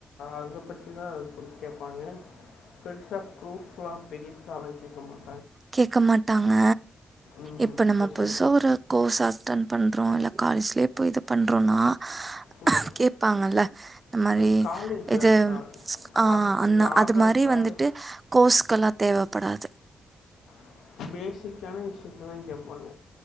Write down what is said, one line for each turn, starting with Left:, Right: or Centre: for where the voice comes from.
Left: அதை பற்றி தான் அது கொஞ அத பத்திதான் ப்ரூஃப் கேட்பாங்க பெருசாக ப்ரூஃப்லாம் பெருசாக அதான் கேட்க மாட்டேங்க
Right: கேட்க மாட்டாங்க
Left: ம்
Right: இப்ப நம்ம
Left: பெருசாக
Right: புதுசா
Left: கேட்க
Right: ஒரு கோர்ஸ் அன்ட் பண்றோம் இல்ல காலேஜ்லயே இப்போ இது பண்ணுறோன்னா
Left: ம்
Right: <unintelligible> கேட்பாங்கல்ல இந்த மாதிரி
Left: அது காலேஜ்
Right: இது
Left: வேறுக்கா கா
Right: ஆஹ் அ
Left: இது ஆதார்
Right: அது மாதிரி
Left: கார்டு
Right: வந்துட்டு கோர்ஸு்கல்லாம் தேவை ப்படாத
Left: <unintelligible> பேசக் கான விஷயத்த தான் கேட்பாங்க